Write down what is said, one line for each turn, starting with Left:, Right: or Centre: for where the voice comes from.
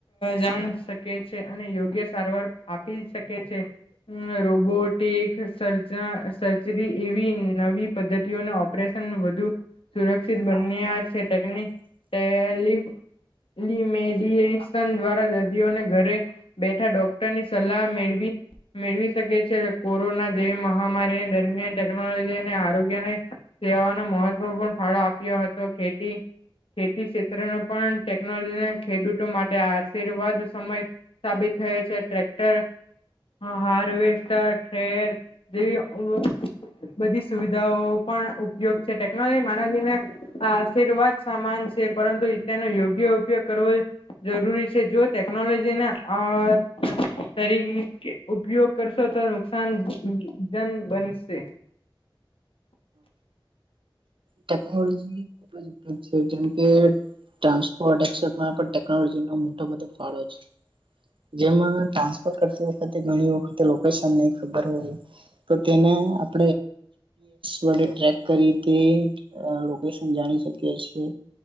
Left: જાણ શકે છે. અનેયોગ્ય સારવાર આપી શકે છે રોબોટિક સર્ સર્જરી એવી નવી પદ્ધતિઓને ઓપરેશન વધુ સુરક્ષિત બન્યા છેટેકટેમેડએશન દ્વારા દર્દીઓને ઘરે બેઠા ડોક્ટરની સલાહ મેળવી મેળવી શકે છે કોરોના જેવી મહામારી દરમિયાન ટેકનોલોજીને આરોગ્યને સેવાનો મહત્વપૂર્ણ ફાળો આપ્યો હતો ખેતી ખેતી ક્ષેત્રનો પણ ટેકનોલોજીના ખેડૂતો માટે આશીર્વાદ સમય સાબિત થ છે ટક્ટર હાર્વેસ્ટરર જેવી બધી સુવિધાઓ પણ ઉપયોગ છે ટેકનોલોજી માનને આશીર્વાદ સમાન છે પરંતુ તેનો યોગ્ય ઉપયોગ કરવો જરૂરી છે જો ટેકનોલોજીને આ શરી ઉપયોગ કરશો તો નુકસાન જન બનશે.
Right: ટેકનોલોજી ખુબ જ ઉપયો છે જેમકે ટ્રાન્સપોર્ટ એમાં પણ ટેકનોલોજી ન મોટો બધો ફાળો છે જેમાં ટ્રાસપટ કરતી વખતેણી વખતેશન ખબર હોય તો તેને આપ બડે ટ્રેક કરી તે લોકેશન જાણી શકીીએ